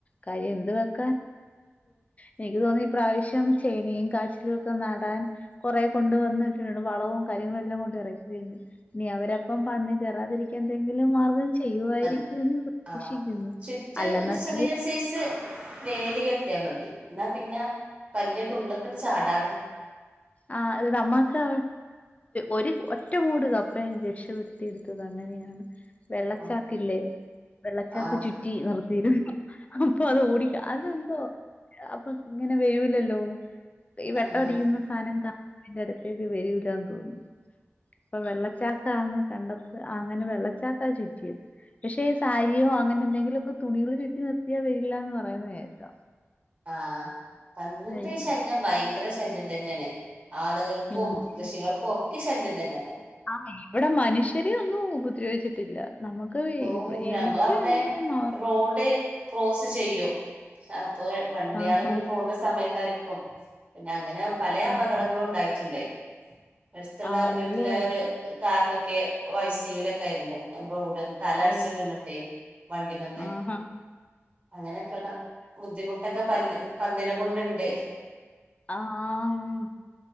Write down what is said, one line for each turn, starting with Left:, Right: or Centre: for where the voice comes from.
Left: കാര്യം എന്ത് വെക്കാൻ. എനിക്ക് തോന്നി ഈ പ്രാവശ്യം ചേനയും കാച്ചിലും ഒക്കെ നടാൻ. കൊറേ കൊണ്ട് വന്നിട്ടിട്ടുണ്ട് വളവും കാര്യങ്ങളും എല്ലാ കൊണ്ട് എറക്കിണ്ട്. ഇനീ അവരപ്പം പന്നി കേറാതിരിക്കാൻ എന്തെങ്കിലും മാർഗം ചെയ്യുവായിരിക്കും.
Right: ആ
Left: എന്ന് പ്രതീക്ഷിക്കുന്നു
Right: ചിറ്റ്
Left: അല്ലെന്നുണ്ടെങ്കിൽ
Right: ഒരു ചെറിയ സൈസ്. വേലി കെട്ട്യാ മതി ഇന്നാ പിന്നെ പന്നി ഉള്ള് ക്കണ്ട് ചാടാതെ.
Left: ആഹ് ഇത് നമ്മെ ഒരു ഒറ്റമൂട് കപ്പയെ രക്ഷപ്പെടുത്തി എടുത്തത് അങ്ങനെയാണ്. വെള്ളച്ചാക്ക്
Right: ആഹ്
Left: ഇല്ലേ വെള്ളച്ചാക്ക്
Right: ആഹ്
Left: ചുറ്റി നിർത്തിരുന്നു. അപ്പൊ അത് ഓടിക്ക അതെന്തോ അപ്പൊ ഇങ്ങനെ വയൂലല്ലോ? ഈ വെട്ടം
Right: ആഹ്
Left: അടിക്കുന്ന സാധനം കാണ അതിന്റെ അടുത്തേക്ക് വരൂലാന്ന് തോന്നുന്നു അപ്പൊ വെള്ളചാ ന്ന് കണ്ടപ്പോ അങ്ങനെ വെള്ളച്ചാക്കാ ചുറ്റിയത് പക്ഷെ സാരിയോ അങ്ങനെ എന്തെങ്കിലും ഒക്കെ. തുണികള് ചുറ്റി നിർത്തിയാ വരില്ല എന്ന് പറയുന്ന കേക്ക.
Right: ആഹ് പന്നിന്റെ
Left: ആയിരിക്കും
Right: ഈ ശല്യം ഭയങ്കര ശല്യം തന്നെ ആണ് ആളുകൾ.
Left: പിന്നെ
Right: ക്കും കൃഷികൾക്കും ഒക്കെ ശല്യം തന്നെയാണ്.
Left: ആഹ് ഇവിടെ മനുഷ്യരെ ഒന്നും ഉപദ്രവിച്ചിട്ടില്ല. നമുക്ക്.
Right: ഓ
Left: ഇവ-
Right: ഞങ്ങളവ്ടെ
Left: എനിക്ക് പിന്നെ ന-
Right: റോഡ്. ക്രോസ് ചെയ്യും അപ്പൊ വണ്ട്യാള്
Left: ആഹാ
Right: ഇങ്ങനെ പോവുണ്ട. സമയത്തായിരിക്കും പിന്നെ അങ്ങനെ പലേ അപകടങ്ങളും
Left: ആഹാ
Right: ഉണ്ടായിട്ട്ണ്ട്. അടുത്തുള്ള
Left: ആണല്ലേ
Right: വീട്ടിലെ ഒരു താത്തൊക്കെ ഒ എസി യു ലൊക്കെ ആയിരുന്നു അപ്പോ ഉടൻ. തല
Left: ഓ
Right: അട്ച് വീണിട്ടേ വണ്ടിമന്ന്.
Left: ആഹാ
Right: അങ്ങനെ ഒക്കെള്ള ബുദ്ധിമുട്ടൊക്കെ പ പന്നിനെ കൊണ്ടുണ്ട്.
Left: ആഹ്